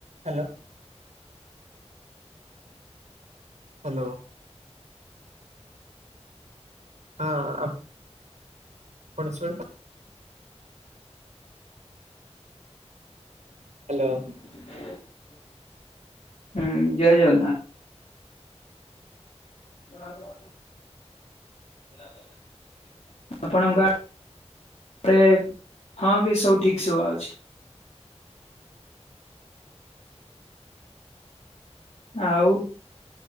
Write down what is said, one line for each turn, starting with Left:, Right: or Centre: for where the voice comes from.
Right: Hello. Hello. ହଁ। ଆ ପଣ ଶୁଣି ହ୍ୟାଲୋ।
Left: <unintelligible> ହୁଁ ଜୟ ଜଗନ୍ନାଥ। <unintelligible> ଆପଣଙ୍କ ଆଡେ ହଁ କି ସବୁ ଠିକ୍ ସୁବା ଯାଉଛି। ଆଉ